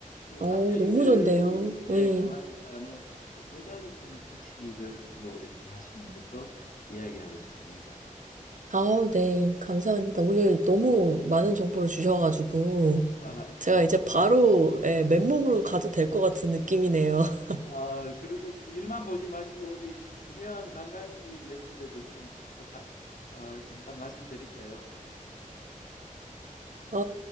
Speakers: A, on the left (about 75°); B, on the right (about 65°).
A: 또
B: 어,
A: 남녀
B: 너무
A: 유별이
B: 좋은데요.
A: 예,
B: 네.
A: 강하니까는 여- 여자들 타는 택시를 뭐 이렇게 하시는 것도 이야기하고 싶습니다.
B: 아, 네, 감사합니다. 오늘 너무
A: 예.
B: 많은 정보를 주셔가지고,
A: <laughs>
B: 제가 이제 바로, 예, 맨몸으로 가도 될 것 같은 느낌이네요. <laughs>
A: 아, 그래도 뭐 일만 보지 마시고 어디 유명한 관광지 몇 군데도 좀 뭐, 가, 어, 잠깐 말씀드릴까요?
B: 아,